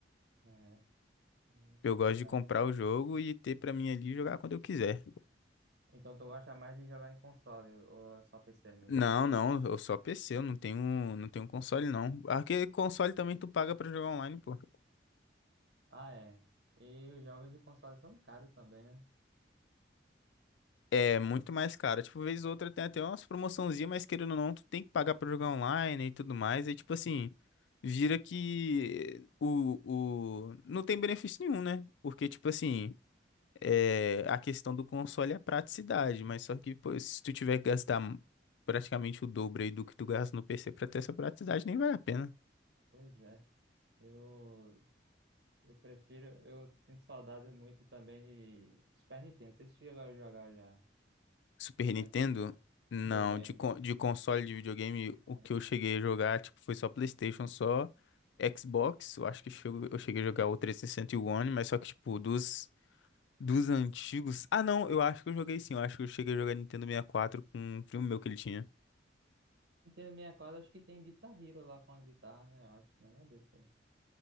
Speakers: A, on the right (about 70°); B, on the left (about 75°).
A: É, é
B: Eu
A: complicado.
B: gosto de comprar o jogo e ter pra mim ali e jogar quando eu quiser.
A: Então tu gosta mais de jogar em console ou ou é só PC mesmo?
B: Não, não, eu só PC, eu não tenho, não tenho console não. Ah, que console também tu paga pra jogar online, pô.
A: Ah, é. E os jogos de console são caros também, né?
B: É muito mais caro. Tipo, vez ou outra tem até umas promoçãozinhas, mas querendo ou não, tu tem que pagar pra jogar online e tudo mais. E tipo assim, vira que o, o... não tem benefício nenhum, né? Porque, tipo assim, é... a questão do console é a praticidade, mas só que pô, se tu tiver que gastar praticamente o dobro aí do que tu gasta no PC pra ter essa praticidade, nem vale a pena.
A: Pois é. Eu Eu prefiro, eu sinto saudade muito também de Super Nintendo. Vocês chegou a jogar já
B: Super
A: Super
B: Nintendo?
A: Nintendo,
B: Não,
A: videogame.
B: de, con- de console de videogame,
A: É.
B: o que eu cheguei a jogar, tipo, foi só PlayStation, só Xbox. Eu acho que chego- eu cheguei a jogar o 360 e sessenta e o One, mas só que, tipo, dos, dos antigos. Ah, não, eu acho que eu joguei sim. Eu acho que eu cheguei a jogar Nintendo 64 com um primo meu que ele tinha.
A: Nintendo 64, acho que tem Guitar Hero lá com a guitarra, né? Eu acho, um negócio desse aí.